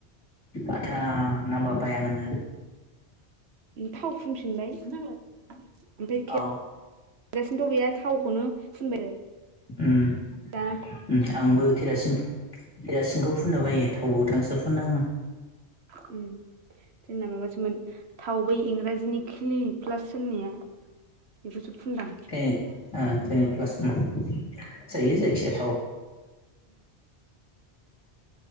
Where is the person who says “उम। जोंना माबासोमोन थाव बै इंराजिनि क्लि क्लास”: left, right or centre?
Right